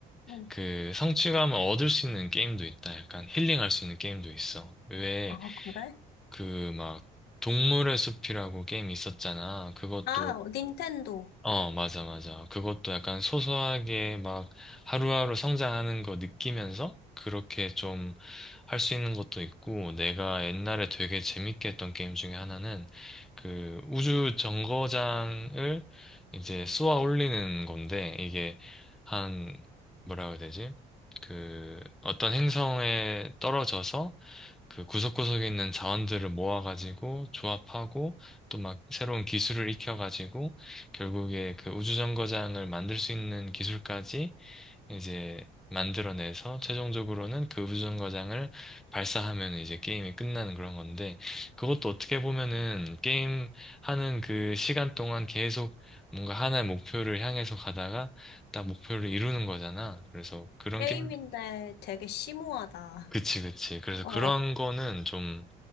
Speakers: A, on the left (about 75°); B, in the centre.
A: 응.
B: 그 성취감을 얻을 수 있는 게임도 있다. 약간 힐링할 수 있는 게임도 있어. 왜
A: 아, 그래?
B: 그 막 동물의 숲이라고 게임이 있었잖아. 그것도
A: 아, 닌텐도.
B: 어, 맞아, 맞아. 그것도 약간 소소하게 막 하루하루 성장하는 거 느끼면서 그렇게 좀 할 수 있는 것도 있고, 내가 옛날에 되게 재밌게 했던 게임 중에 하나는 그 우주 정거장을 이제 쏘아 올리는 건데, 이게 한, 뭐라고 해야 되지? 그 어떤 행성에 떨어져서 그 구석구석에 있는 자원들을 모아가지고 조합하고 또 막 새로운 기술을 익혀가지고 결국에 그 우주정거장을 만들 수 있는 기술까지 이제 만들어내서 최종적으로는 그 우주정거장을 발사하면 이제 게임이 끝나는 그런 건데 그것도 어떻게 보면은 게임 하는 그 시간 동안 계속 뭔가 하나의 목표를 향해서 가다가 딱 목표를 이루는 거잖아. 그래서 그런
A: 게임인데
B: 게임,
A: 되게 심오하다.
B: 그치, 그치. 그래서
A: 어.
B: 그런 거는 좀,